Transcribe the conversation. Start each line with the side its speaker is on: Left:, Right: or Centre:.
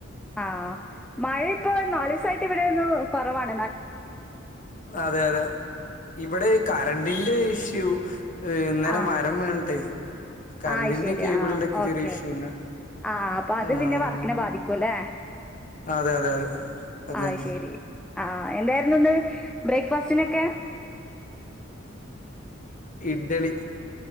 Centre: ആഹ് മഴ ഇപ്പൊ നാലൂസായിട്ട് ഇവിടെയൊന്ന് കൊറവാണ്
Left: അതെ അതെ ഇവിടെ ഈ കറണ്ടിന്റെ ഇഷ്യൂ ഏഹ് ഇന്നലെ
Centre: ആ
Left: മരം വീണട്ടേ കറണ്ടിന്റേം
Centre: ആയ് ശരി
Left: കേബിളിന്റെയൊക്കെ
Centre: ആ ഓക്കെ
Left: ചെറിയ ഇഷ്യൂണ്
Centre: ഓക്കെ ആ അപ്പൊ അത്
Left: ആഹ്
Centre: പിന്നെ വർക്കിനെ ബാധിക്കൂല്ലേ
Left: അതെ അതെ അത് തന്നെ
Centre: ആയ് ശരി. ആ എന്തായിരുന്നു ഇന്ന് ബ്രേക്ക്ഫാസ്റ്റിനൊക്കെ?
Left: ഇഡ്ഡളി.